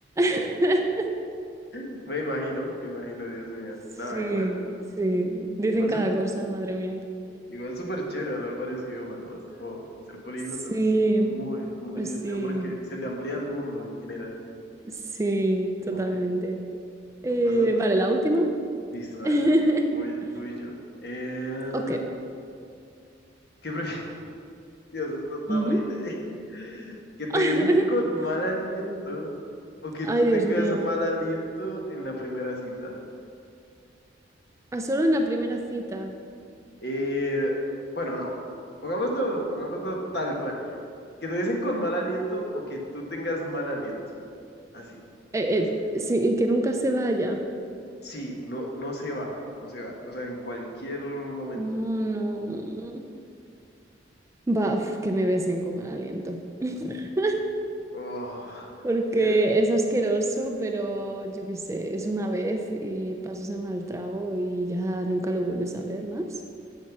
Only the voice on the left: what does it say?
<laughs> me imagino, me imagino, Dios mío.
No, igual.
Igual
Igual súper chévere hablar varios idiomas, ¿no? Es como ser políglota
es muy, muy
divertido
porque se te amplía el mundo en general.
Como que no
pasa.
Listo, dale,
dale. Voy, voy yo. Em,
¿qué prefieres? <laughs> Dios, esto está
horrible. <laughs> Que te
besen con mal aliento o que
tú tengas
mal aliento en la primera cita.
Eh, bueno, no. Pongámoslo, pongámoslo tal cual. Que te besen con mal aliento o que tú tengas mal aliento. Así.
Vamos.
Sí, no, no se va, no se va. O sea, en cualquier momento.
Oh,
yeah,